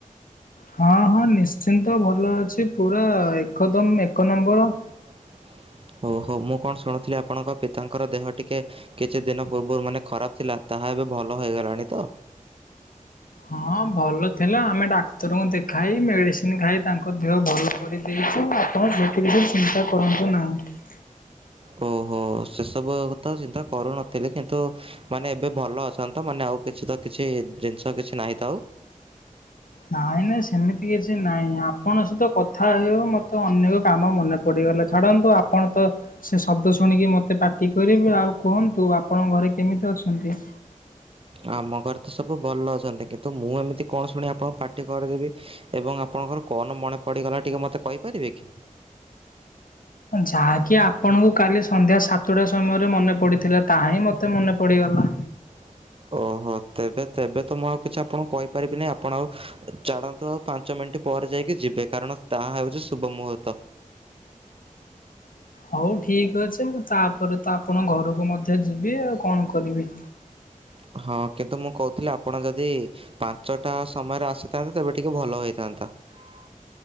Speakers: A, on the left (about 90°); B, on the right (about 40°).
A: ହଁ ହଁ ନିଶ୍ଚିନ୍ତ ଭଲ ଅଛି। ପୁରା ଏକଦମ ଏକ ନମ୍ବର।
B: <inaudible> ଓହୋ। ମୁଁ କଣ ଶୁଣୁଥିଲି ଆପଣଙ୍କ ପିତାଙ୍କର ଦେହ ଟିକେ କିଛି ଦିନ ପୂର୍ବରୁ ମାନେ ଖରାପ ଥିଲା। ତାହା ଏବେ ଭଲ ହୋଇଗଲାଣି ତ?
A: ହଁ ଭଲ ଥିଲା, ଆମେ ଡାକ୍ତରଙ୍କୁ ଦେଖାଇ ମେଡିସିନ ଖାଇ ତାଙ୍କ ଦେହ ଭଲ କରିଦେଇ ଚୁ। ଆପଣ ସେଥି ଭିତରେ ଚିନ୍ତା କରନ୍ତୁ ନାହିଁ।
B: ହ ଓହୋ ସେସବୁ ତ ଚିନ୍ତା କରୁନଥିଲି କିନ୍ତୁ ମାନେ ଏବେ ଭଲ ଅଛନ୍ତିତ ମାନେ ଆ ଓ କିଛି ତ କିଛି ଜିନିଷ କିଛି ନାହିଁ ତ ଆଉ।
A: ନାଇଁ ନାଇଁ ସେମିତି କିଛି ନାଇଁ ଆପଣଙ୍କ ସହିତ କଥା ହେଉ ମତେ ଅନେକ କାମ ମନେ ପଡେ। ଗଲା ଛାଡ଼ନ୍ତୁ ଆପଣ ତ ସେ ଶବ୍ଦ ଶୁଣିକି ମତେ ପାଟି କରିବେ ଆଉ କୁହନ୍ତୁ ଆପଣଙ୍କ ଘରେ କେ କେମିତି ଅଛନ୍ତି?
B: ଆମ ଘରେ ତ ସବୁ ଭଲ ଅଛନ୍ତି କିନ୍ତୁ ମୁଁ ଏମିତି କଣ ଶୁଣି ଆପଣଙ୍କୁ ପାଟି କରିଦେବି ଏବଂ ଆପ ଆପଣଙ୍କର କଣ ମନେ ପଡିଗଲା ଟିକେ ମତେ କହିପାରିବେ କି?
A: ଯାହାକି ଆପଣଙ୍କୁ କାଲି ସନ୍ଧ୍ୟା ସାତଟା ସମୟରେ ମନେ ପଡିଥିଲା ତାହା ହିଁ ମତେ ମନେ ପଡିଗଲା।
B: <inaudible> ଓହୋ ତେବେ ତେବେ ତ ମୁଁ ଆଉ କିଛି ଆପଣଙ୍କୁ କହିପାରିବିନି ଆପଣ ଆଉ ଚାଡ଼ନ୍ତୁ ଆଉ ପାଞ୍ଚ ମିନ ମିନଟ ପରେ ଯାଇକି ଯିବେ କାରଣ ତାହା ହେଉଛି ଶୁଭ ମୁହୂର୍ତ୍ତ
A: ହଉ ଠିକ ଅଛି ମୁଁ ତାପରେ ତ ଆପଣ ଘରକୁ ମଧ୍ୟ ଯିବି ଆଉ କଣ କରିବି।
B: ହ ହଁ କିନ୍ତୁ ମୁଁ କହୁଥିଲି ଆପଣ ଯଦି ପାଞ୍ଚଟା ସମୟରେ ଆସିଥାନ୍ତେ ତେବେ ଟିକେ ଭଲ ହେଇଥାନ୍ତା। ହନ୍ତା।